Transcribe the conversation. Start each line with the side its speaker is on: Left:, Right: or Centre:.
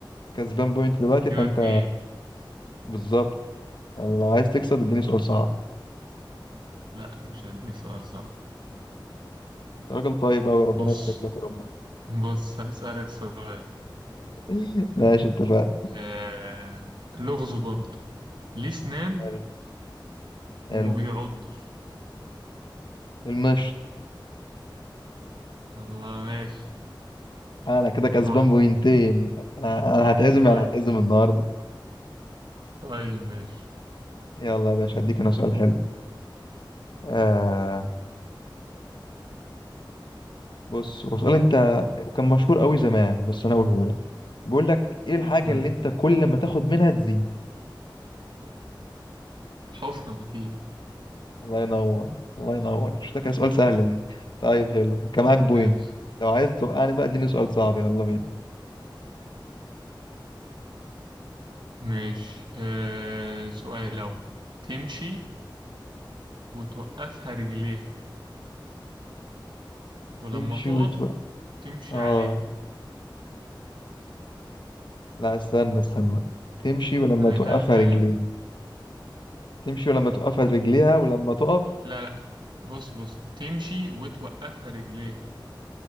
Left: كسبان بوينت دلوقتي
Right: أنت
Left: فانت
Right: كده اتنين
Left: بالظبط يلا عايز تكسب اديني سؤال صعب
Right: لا مش هديك سؤال صح
Left: انت راجل طيب قوي ربنا
Right: بص
Left: يبارك لك وربنا
Right: بص هسألك سؤال
Left: <laughs> ماشي اتفقنا
Right: آه... لغز برضه ليه سنان
Left: حلو حلو
Right: وما بيعضش
Left: المشط
Right: الله ماشي
Left: انا كده كسبان
Right: صح
Left: بوينتين انا انا هتعزم
Right: طيب
Left: يعني هتعزم النهارده
Right: طيب ماشي
Left: يلا يا باشا هديك انا سؤال حلو آه بص هو سؤال انت كان مشهور قوي زمان بس انا اقوله لك بيقول لك ايه الحاجه
Right: مم.
Left: اللي انت كل ما تاخد منها تزيد
Right: حفرة أكيد
Left: الله ينور الله ينور مش ده كان سؤال سهله دي طيب حلو كان معاك بوينت
Right: ماشي
Left: لو عايز توقعني بقى اديني سؤال صعب يلا بينا
Right: ماشي آه... سؤال لو تمشي وتوقفها رجليها ولما
Left: تمشي
Right: تقف
Left: وتوقع
Right: تمشي
Left: اه
Right: عليها
Left: لا استنى استنى تمشي ولما
Right: أعيدها
Left: توقفها
Right: لك تاني
Left: رجليها تمشي ولما توقفها رجليها ولما تقف
Right: لا لا بص بص تمشي وتوقفها رجليه